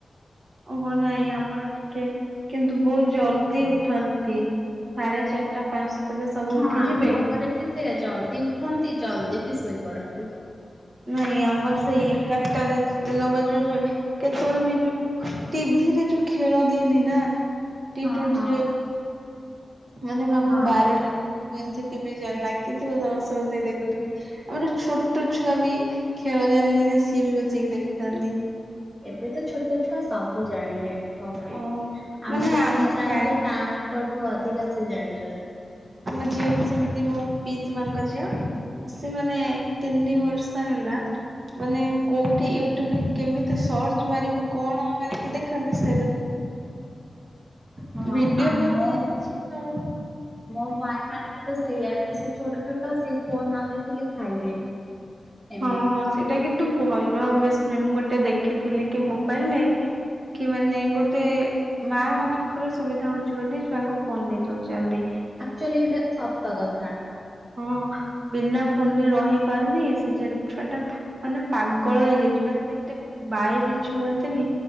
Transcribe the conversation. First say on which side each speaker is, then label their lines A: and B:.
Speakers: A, on the right; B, on the right.
A: ଓହୋ ନାଇଁ ଆମର ଟିକେ କିନ୍ତୁ ବହୁତ ଜଲଦି ଉଠନ୍ତି। ସାଢେ ଚାରିଟା ପାଞ୍ଚଟ ସବୁ
B: ହଁ
A: ଉଠିଯିବେ
B: ଆମ ଘରେ ବି ସେ ଜଲଦି ଉଠନ୍ତି ଜଲଦି ବି ଶୋଇ ପଡନ୍ତି।
A: ନାଇଁ ଆମର ସେଇ ଏକା ଦିନ ବା ଯଉ କେତେବେଳେ ବି ଯୋଉ ଟିଭିରେ ଯୋଉ ଖେଳ ଦିଏନି ନା? ଟି
B: ହଁ
A: ଟ୍ୱଣ୍ଟି
B: ହଁ।
A: ଯଏ ମାନେ ଭବ
B: ହଁ।
A: ବାରଟା ଟିଭି ଏମତି ଟିଭି ଜାଣିଲା କିନ୍ତୁ ସମସ୍ତେ ବସେଇକି ଦେଖୁଥିବେ ଆମର ଛୋଟ ଛୁଆ ବି ଖେଳ ଜାଣିଲେନି ସିଏ ବି ବସେଇକି ଦେଖୁଥାନ୍ତି।
B: ଏବେ ତ ଛୋଟ ଛୁଆ ସବୁ ଜାଣିଲେ ସବୁ
A: ଓ
B: ଆମେ
A: ମାନେ
B: ଯେତିକି ନ ଜାଣିଥିବା
A: ଜାଣି
B: ତାଙ୍କଠୁ ଅଧିକା
A: ହଁ
B: ସେ ଜାଣିଛନ୍ତି।
A: ଆମ ଝିଅ ବି ସେମିତି ମୋ ପିଇସି ମାଙ୍କ ଝିଅ। ସେମାନେେ ତିନି ବ ଇଛାହେଲା ମାନେ କଉଠି ୟୁଟ୍ୟୁବରେ କେମିତି ସର୍ଚ୍ଚ ମାରିବୁ କଣ ମାରିକି ଦେଖାନ୍ତି --
B: ହୁଁ ହଁ
A: ଭିଡିଓ
B: ଆମ
A: କଲ୍ ତ
B: ମୋ
A: ଯାଇଛି ଆଉ
B: ମୋ ଭାଇ ମାନେ ବି ତ ସେଇଆ ଏବେ ସେ ଛୋଟ ଛୋଟ ସେ ଫୋନ ନ ଦେଖିଲେ ଖାଇବେନି। ଏମିତି
A: ହଁ ସେଇଟା କିନ୍ତୁ - ଭଲ ବ ଗୋଟେ ଦେଖିଥିଲି କି ମୋବାଇଲରେ କି ମାନେ ଗୋଟେ ମା ମାନଙ୍କର ସୁବିଧା ହଉଛି। ଚେଣ୍ଟି ଛୁଆଙ୍କୁ ଫୋନ ଦେଇଦଉଛନ୍ତି।
B: ଆକ୍ଚୁଆଲି ଏଇଟା ସତ କଥା।
A: ହଁ ବିନା ଫୋନରେ ରହି ପାରୁନି ସେ ଯେ ଛୁଆଟା ମାନେ ପାଗଳ ହେଇଯାଇଛି। ମାନେ ଯେମିତି ବାଏ ବିଛୁଅନ୍ତିନି